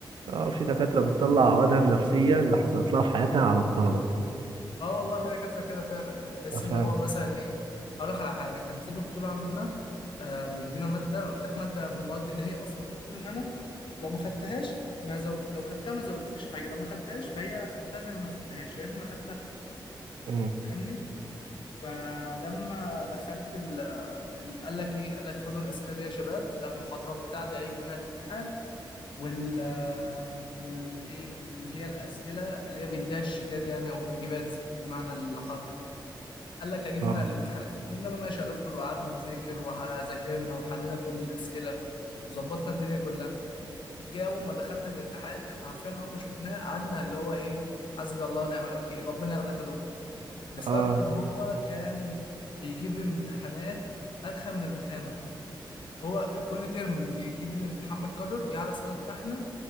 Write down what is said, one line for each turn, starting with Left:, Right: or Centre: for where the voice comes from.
Right: اه في دكاترة بتطلع عقدها النفسية اللي حصلت لها في حياتها على الطلبة
Left: اه والله في دكاتره كده فعلا يعني تحس
Right: ده فعلا
Left: ان هو مثلا ايه اقول لك على حاجه كان في دكتور عندنا آه مدينا ماده قلت لك ماده من المواد اللي هي اصلا المفروض ان انا لو ما خدتهاش ما زو... لو خدتها ما زودتليش حاجه لو ما خدتهاش فهي خدتها زي ما ما خدتهاش يا ريتني ما خدتها
Right: امم
Left: فاهمني فلما دخلت ال... ال- قال لك ايه قال لك خدوا الاسئله دي يا شباب ده المحاضرات بتاعتي هيجي منها الامتحان وال والايه اللي هي الاسئله اللي هي بيديها الشيتات يعني او الواجبات زي- بمعنى الحرفي قال لك هجيب
Right: اه
Left: منها الامتحانات قلنا له ماشي يا دكتور وقعدنا نذاكر وذاكرنا وحلينا كل الاسئله وظبطنا الدنيا كلها جه اول ما دخلنا الامتحان احنا عارفين اول ما شفناه قعدنا اللي هو ايه حسبي الله ونعم الوكيل ربنا ياخدك يا دكتور بسبب
Right: اه
Left: ان هو كان بيجيب امتحانات ارخم من الرخامه هو كل ترم بيجيب الامتحان متكرر جه على سنتنا احنا